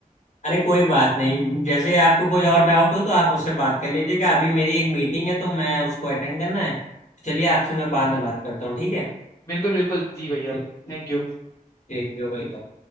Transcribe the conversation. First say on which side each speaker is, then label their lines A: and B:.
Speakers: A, on the left; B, on the left.
A: अरे कोई बात नहीं जैसे आपको कोई और डाउट हो तो आप मुझसे बात कर लीजिएगा अभी मेरी एक मीटिंग है तो मैं उसको अटेंड करना है तो चलिए आपसे मैं बाद
B: हम्म
A: में बात
B: हम्म,
A: करता हूँ ठीक है
B: बिल्कुल बिल्कुल जी भैया
A: ठीक
B: Thank
A: ठीक,
B: you
A: ठीक, वेलकम